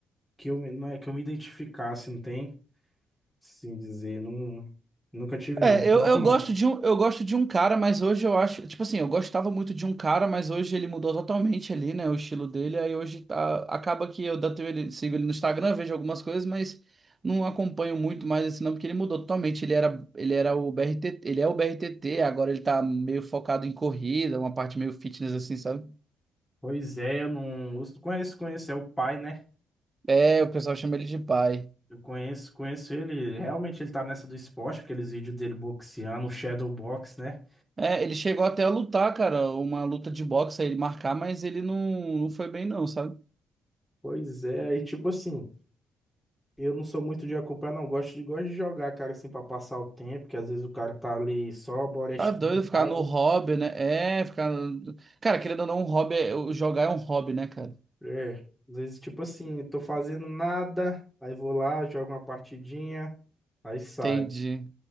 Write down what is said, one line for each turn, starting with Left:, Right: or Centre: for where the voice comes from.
Centre: Que eu me- não é que eu me identificasse, não tem? Assim dizer. Não, nunca tive, não.
Right: É, eu,
Centre: LOL
Right: eu
Centre: não.
Right: gosto de um, eu gosto de um cara, mas hoje eu acho, tipo assim, eu gostava muito de um cara, mas hoje ele mudou totalmente ali, né, o estilo dele, aí hoje tá- acaba que eu datei ele, sigo ele no Instagram, vejo algumas coisas, mas não acompanho muito mais assim não, porque ele mudou totalmente, ele era, ele era o BRTT, ele é o BRTT, agora ele tá meio focado em corrida, uma parte meio fitness assim, sabe?
Centre: Pois é, eu não. eu Conheço, conheço. É o pai, né?
Right: É, o pessoal chama ele de pai.
Centre: Eu conheço, conheço ele. Realmente ele tá nessa do esporte, aqueles vídeos dele boxeando, o Shadow Box, né?
Right: É, ele chegou até a lutar, cara, uma luta de boxe, aí ele marcar, mas ele não, não foi bem não, sabe?
Centre: Pois é, aí tipo assim. Eu não sou muito de acompanhar, não. Gosto de, gosto de jogar, cara, assim, pra passar o tempo, que às vezes o cara tá ali só borestando
Right: Tá doido
Centre: em casa.
Right: ficar no hobby, né? É, ficar. no- Cara, querendo ou não, um hobby é... o jogar é um hobby, né, cara?
Centre: É, às vezes, tipo assim, tô fazendo nada, aí vou lá, jogo uma partidinha, aí sai.
Right: Entendi.